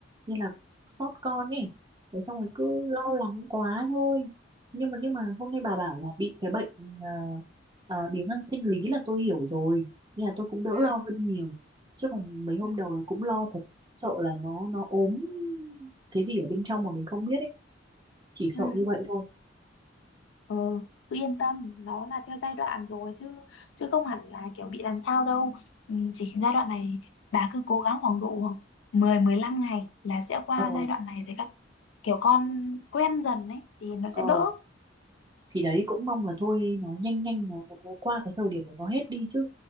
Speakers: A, on the right (about 25°); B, on the left (about 85°).
A: nên là xót con ấy thế xong rồi cứ lo lắng quá thôi nhưng mà nhưng mà hôm nay bà bảo là bị cái bệnh à, à, biếng ăn sinh lý là tôi hiểu rồi nên là tôi cũng đỡ
B: ừ,
A: lo hơn nhiều chứ còn mấy hôm
B: ừ,
A: đầu là cũng lo thật sợ là nó nó ốm cái gì ở bên trong mà mình không biết ấy chỉ sợ
B: ừ.
A: như vậy thôi
B: ừ cứ yên tâm nó là theo giai đoạn rồi chứ chứ không hẳn là kiểu bị làm sao đâu ừ, chỉ giai đoạn này bà cứ cố gắng khoảng độ mười mười lăm ngày là sẽ qua
A: ờ
B: giai đoạn này thì các kiểu con quen dần ấy thì nó sẽ
A: Ờ,
B: đỡ
A: thì đấy cũng mong là thôi nó nhanh nhanh nó, nó nó qua cái thời điểm của nó hết đi chứ.